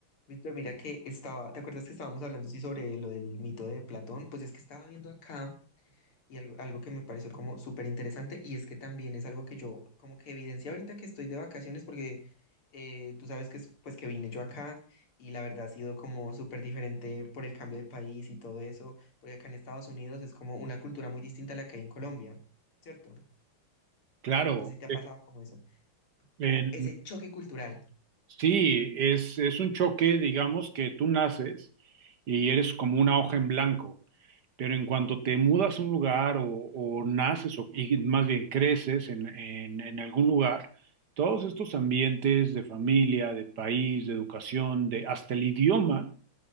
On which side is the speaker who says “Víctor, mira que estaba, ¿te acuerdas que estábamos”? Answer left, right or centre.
Left